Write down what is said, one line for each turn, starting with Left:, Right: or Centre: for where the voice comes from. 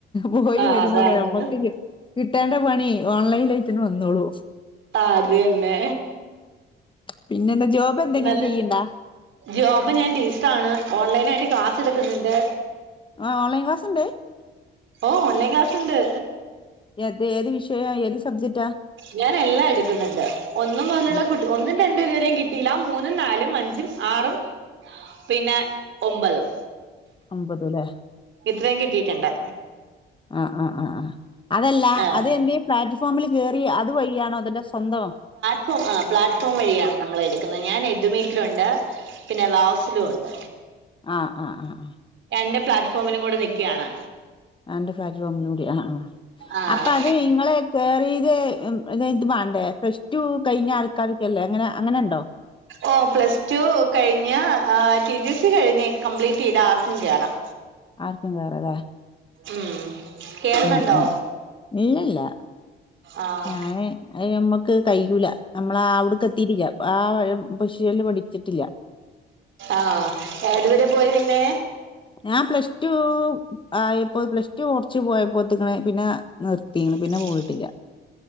Left: പോയി
Right: ആഹ്
Left: വരുമ്പക്ക്
Right: അതാണ്
Left: ഞമ്മക്ക് കി കിട്ടേണ്ട പണി ഓൺലൈനായിട്ട്ങ്ങ്ട് വന്നോളും.
Right: ആഹ് അത് തന്നെ.
Left: പിന്നെന്താ ജോബെന്തെങ്കിലും
Right: നല്ല
Left: ചെയ്യ്ണ്ടോ?
Right: ജോബ് ഞാൻ ടീച്ചറാണ്. ഓൺലൈനായിട്ട് ക്ലാസ് എടുക്കുന്നുണ്ട്.
Left: ആഹ് ഓൺലൈൻ ക്ലാസ്സ്ണ്ട്?
Right: ഓഹ് ഓൺലൈൻ ക്ലാസ്സ്ണ്ട്.
Left: ഏത് ഏത് വിഷയ ഏത് സബ്ജക്റ്റാ?
Right: ഞാൻ എല്ലാം എടുക്കുന്നുണ്ട്. ഒന്നു മുതലുള്ള
Left: എടുക്ക
Right: ഒന്നും രണ്ടും ഇതുവരെയും കിട്ടിയില്ല. മൂന്നും നാലും അഞ്ചും ആറും പിന്നെ ഒമ്പതും.
Left: ഒമ്പതൂല്ലേ?
Right: ഇത്രയും കിട്ടീട്ടുണ്ട്.
Left: ആഹ് ആഹ് ആഹ് ആഹ്. അതല്ല
Right: ആഹ്
Left: അത് എന്തെങ്കിലും പ്ലാറ്റ്ഫോമില് കേറി അത് വഴിയാണോ അതല്ല സ്വന്തം
Right: ഓഹ് ആഹ് പ്ലാറ്റ്ഫോം വഴിയാണ് നമ്മളെടുക്കുന്ന. ഞാൻ എഡ് മീറ്റിലുംണ്ട് പിന്നെ വാവ്സിലുംണ്ട്.
Left: ആഹ് ആഹ് ആഹ്.
Right: രണ്ട് പ്ലാറ്റ്ഫോമിലും കൂടെ നിക്ക്യാണ്.
Left: ആന്റെ ഫ്ളാറ്റ് ഫോമിലൂടി ആഹ് ആഹ്
Right: ആഹ്
Left: അപ്പൊ അത് ഇങ്ങളെ കേറീതെ ഇത് മാണ്ടേ പ്ര റ്റു കഴിഞ്ഞാൾക്കാർക്കെല്ലേ അങ്ങനെ അങ്ങനെണ്ടോ?
Right: ഓ പ്ലസ് ടു കഴിഞ്ഞ ടി ടി സി കഴിഞ്ഞ് കംപ്ലീറ്റ് ചെയ്ത ആർക്കും കേറാം
Left: ആർക്കും കേറാലെ
Right: ഉം കേറുന്നുണ്ടോ
Left: ഉം ഉം ഇല്ലല്ലാ
Right: ആഹ്
Left: ഞാന് അത് ഞമ്മക്ക് കയ്യൂല നമ്മളാ അവിട്ക്ക് എത്തിട്ടില്ല ആഹ് പൊഷല് പഠിച്ചിട്ടില്ല
Right: ആഹ് ഏതുവരെ പോയി പിന്നെ?
Left: ഞാൻ പ്ലസ് ടു ആയപ്പോ പ്ലസ് ടു കൊറച്ചു പോയപ്പോത്ത്ക്ക്ണ് പിന്നെ നിർത്തിണ്
Right: <inaudible>
Left: പിന്നെ പോയിട്ടില്ല